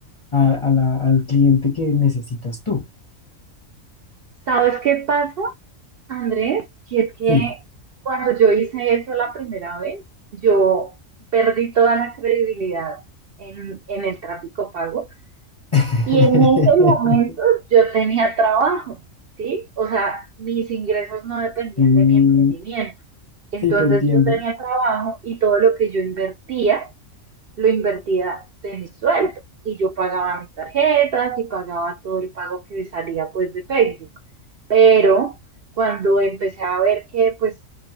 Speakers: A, on the left; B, on the right.
A: a, a la- al cliente que necesitas tú.
B: ¿Sabes qué pasa, Andrés? Que es que
A: Sí.
B: cuando yo hice eso la primera vez, yo perdí toda la credibilidad en, en el tráfico pago
A: <laughs>
B: y en ese momento yo tenía trabajo, ¿sí? O sea, mis ingresos no dependían
A: Sí,
B: de mi emprendimiento. Entonces
A: sí, te entiendo.
B: yo tenía trabajo y todo lo que yo invertía lo invertía de mi sueldo y yo pagaba mis tarjetas y pagaba todo el pago que salía pues de Facebook. Pero cuando empecé a ver que pues